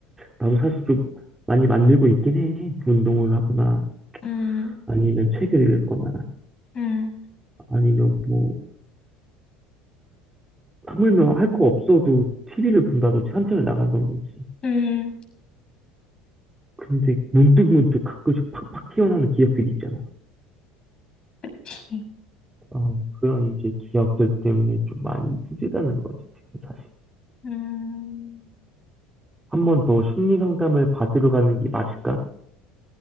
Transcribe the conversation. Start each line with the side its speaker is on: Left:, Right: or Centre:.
Right: 나도 사실 좀 많이 만들고 있긴 해 운동을 하거나
Left: 음,
Right: 아니면 책을 읽거나
Left: 음,
Right: 아니면 뭐 하물며 할 거 없어도 TV를 본다든지 산책을 나간다든지.
Left: 음,
Right: 근데 문득문득 가끔씩 팍팍 튀어나오는 기억들이 있잖아.
Left: 그치.
Right: 어, 그런 이제 기억들 때문에 좀 많이 힘들다는 거지, 지금 사실.
Left: 음.
Right: 한 번 더 심리 상담을 받으러 가는 게 맞을까?